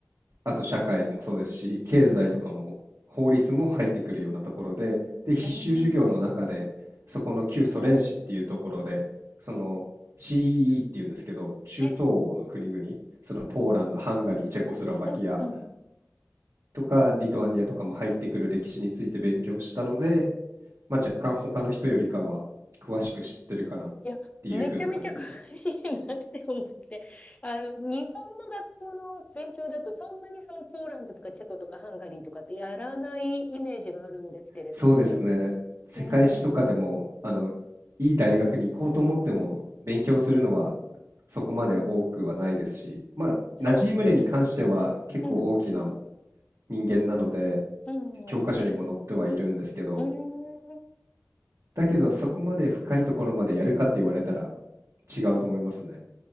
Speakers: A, on the right; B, on the left.
A: あと社会もそうですし、経済とかも法律も入ってくるようなところで、で、必修授業の中で、
B: ーん。
A: そこの旧ソ連史っていうところで、その CEE っていうんですけど、中東欧の国々、
B: ええ。
A: そのポーランド、ハンガリー、チェコスロバキア
B: うんうん。
A: とかリトアニアとかも入ってくる歴史について勉強したので、まあ、若干他の人よりかは詳しく知ってるかなっていう風な感じです。
B: いや、めちゃめちゃ詳しいなって思って、あの、日本の学校の勉強だと、そんなにそのポーランドとかチェコとかハンガリーとかってやらないイメージがあるんですけれども、
A: そうですね。世界史とかでも、
B: うん、
A: あの、いい大学に行こうと思っても、勉強するのはそこまで多くはないですし、まあ、
B: そう、
A: ナジームレに関しては結構大きな
B: うん、
A: 人間なので、
B: うん、
A: 教科書にも載ってはいるんですけど、
B: うん、うーん、
A: だけどそこまで深いところまでやるかって言われたら違うと思いますね。